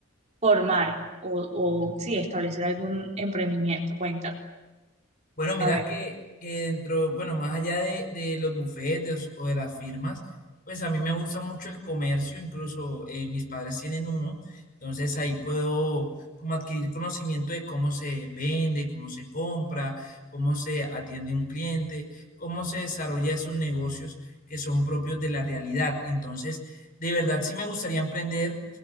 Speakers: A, on the right; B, on the left.
A: formar o, o sí, establecer algún emprendimiento. Cuéntame.
B: Bueno, mira
A: A ver.
B: que, que dentro, bueno, más allá de, de los bufetes o de las firmas, pues a mí me gusta mucho el comercio, incluso eh, mis padres tienen uno, entonces ahí puedo como adquirir conocimiento de cómo se vende, cómo se compra, cómo se atiende un cliente, cómo se desarrolla esos negocios que son propios de la realidad. Entonces, de verdad sí me gustaría emprender.